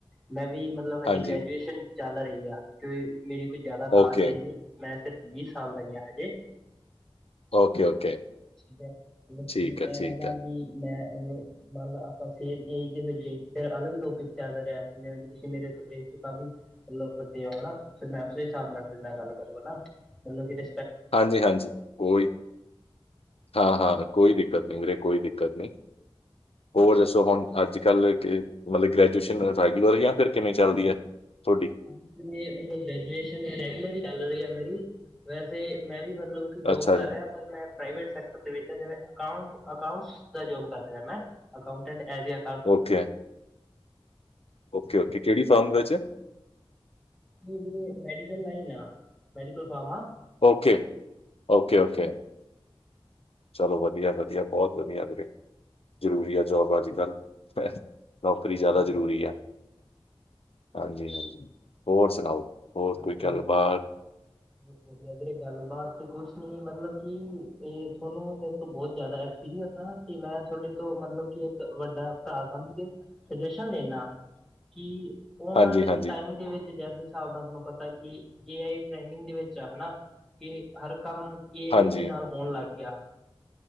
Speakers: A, in the centre; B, on the left.
A: ਮੈਂ ਵੀ ਮਤਲਬ ਹਜੇ
B: ਹਾਂਜੀ,
A: ਗ੍ਰੈਜੂਏਸ਼ਨ, ਚੱਲ ਰਹੀ ਆ ਕਿ ਮੇਰੀ ਕੋਈ ਜ਼ਿਆਦਾ ਖਾਸ
B: ਓਕੇ,
A: ਏਜ ਨਹੀਂ ਮੈਂ ਸਿਰਫ ਵੀਹ ਸਾਲ ਦਾ ਗਿਆ ਹਜੇ,
B: ਓਕੇ, ਓਕੇ,
A: ਠੀਕ ਹੈ ਮਤਲਬ
B: ਠੀਕ
A: ਕੀ ਇਹਦਾ
B: ਹੈ, ਠੀਕ ਹੈ,
A: ਵੀ ਮੈਂ ਮਤਲਬ ਮਲਬ ਆਪਾਂ ਫਿਰ, ਇਹ ਜ ਫਰ ਅਲੱਗ ਟੋਪਿਕ ਚੱਲ ਰਿਹਾ ਜਿਵੇਂ ਕਿ, ਤੁਸੀਂ ਮੇਰੇ ਤੋਂ ਕਾਫੀ ਮਤਲਬ ਵੱਡੇ ਹੋ ਹਨਾ ਫਿਰ ਮੈਂ ਊਸੇ ਹਿਸਾਬ ਨਾਲ ਤੇਰੇ ਨਾਲ ਗੱਲ ਕਰੂੰਗਾ ਮਤਲਬ ਵੀਰੇ,
B: ਹਾਂਜੀ-ਹਾਂਜੀ ਕੋਈ ਹਾਂ ਹਾਂ ਕੋਈ ਵੀ ਕਿਧਰੇ ਕੋਈ ਦਿੱਕਤ ਨਹੀਂ, ਹੋਰ ਦੱਸੋ ਹੁਣ ਅੱਜ-ਕੱਲ੍ਹ ਕਿ ਮਤਲਬ ਗ੍ਰੈਜੂਏਸ਼ਨ ਰੈਗੂਲਰ ਜਾਂ ਫਿਰ ਕਿਵੇਂ ਚੱਲਦੀ ਹੈ। ਤੁਹਾਡੀ
A: ਹਾਂਜੀ ਮਤਲਬ ਗ੍ਰੈਜੂਏਸ਼ਨ ਰੈਗੂਲਰ ਚੱਲ ਰਹੀ ਹੈ ਮੇਰੀ ਵੈਸੇ ਮੈਂ ਮਤਲਬ ਕਿ ਜੋਬ
B: ਅੱਛਾ
A: ਕਰ
B: ਜੀ,
A: ਰਿਹਾ ਪਰ ਮੈਂ ਪ੍ਰਾਈਵੇਟ ਸੈਕਟਰ ਦੇ ਵਿੱਚ ਜਿਵੇਂ ਅਕਾਟ ਅਕਾਊਂਟਸ ਦਾ ਜੋਬ ਕਰ ਰਿਹਾ ਮੈਂ ਅਕਾਊਂਟੈਂਟ ਐਹੋ ਜਿਹਾ
B: ਓਕੇ ਓਕੇ ਓਕੇ, ਕਿਹੜੀ ਫਾਰਮ ਵਿਚ
A: ਵਰੇ medical line medical firm
B: okay okay okay, ਚਲੋ ਵਧੀਆ ਵਧੀਆ ਬਹੁਤ ਵਧੀਆ ਕਰੇ ਜ਼ਰੂਰੀ ਆ ਜੋਬ ਆ ਦੀ ਗੱਲ, ਨੌਕਰੀ
A: ਹਾਂਜੀ
B: ਜ਼ਿਆਦਾ ਜ਼ਰੂਰੀ ਆ ਹਾਂਜੀ-ਹਾਂਜੀ, ਹੋਰ ਸੁਣਾਓ? ਹੋਰ
A: ਬਸ
B: ਕੋਈ
A: ਬਹੁਤ
B: ਗੱਲਬਾਤ
A: ਵਧੀਆ ਗੱਲਬਾਤ ਤੇ ਕੁਛ ਮਤਲਬ ਕਿ ਇਹ ਤੁਹਾਨੂੰ ਮੇਰੇ ਤੋਂ ਬਹੁਤ ਜਿਆਦਾ ਐਕਸਪੀਰੀਅੰਸ ਆ ਤੇ ਮੈਂ ਤੁਹਾਡੇ ਤੋਂ ਮਤਲਬ ਕਿ, ਇੱਕ ਵੱਡਾ ਭਰਾ ਸਮਝ ਕੇ ਸੁਜੈਸ਼ਨ ਲੈਂਦਾ ਕਿ, ਆਉਣ
B: ਹਾਂਜੀ
A: ਵਾਲੇ
B: ਹਾਂਜੀ
A: ਟਾਈਮ ਦੇ ਵਿੱਚ ਜਿਸ ਹਿਸਾਬ ਨਾਲ ਤੁਹਾਨੂੰ, ਪਤਾ ਕਿ ਏ ਆਈ ਟ੍ਰੈਂਡਿੰਗ ਦੇ ਵਿੱਚ ਆ ਹਨਾ ਕਿ, ਹਰ ਕੰਮ ਏ ਆਈ
B: ਹਾਂਜੀ
A: ਦੇ ਨਾਲ ਹੋਣ ਲੱਗ ਗਿਆ।